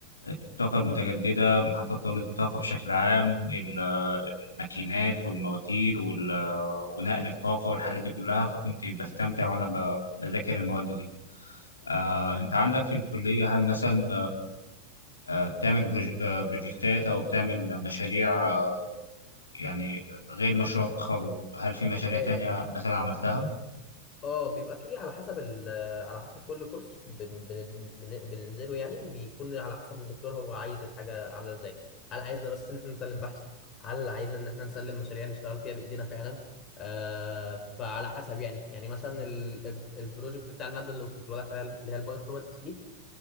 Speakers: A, on the left; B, on the left.
A: الطاقة المتجددة محطات توليد الطاقة بشكل عام ال- الماكينات والمواتير وال- ونقل الطاقة والحاجات دي كلها فكنت بستمتع وأنا ب- بذاكر المواد دي آه، أنت عندك في الكلية هل مثلا آه، بتعمل بروج- آه، بروجكتات أو بتعمل مشاريع آه، يعني غير مشروع التخرج هل في مشاريع
B: آه،
A: تانية مثلا عملتها؟
B: اه بيبقى فيه على حسب ال على حسب كل كورس بن بن بن بننزله يعني بيكون على حسب الدكتور هو عايز الحاجة عاملة ازاي هل عايزنا بس ان احنا نسلم بحث هل عايزنا ان احنا نسلم مشاريع نشتغل فيها بايدينا فعلا آه فعلى حسب يعني يعني مثلا ال- ال- البروجكت بتاع المادة اللي كنت بقول لك عليها اللي هي البايو انفورماتكس دي